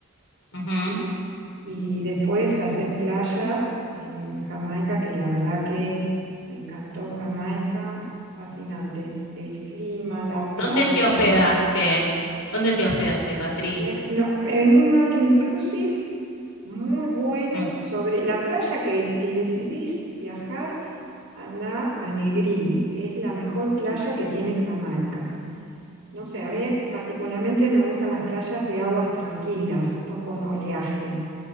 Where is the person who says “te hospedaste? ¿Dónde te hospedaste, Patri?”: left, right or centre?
Left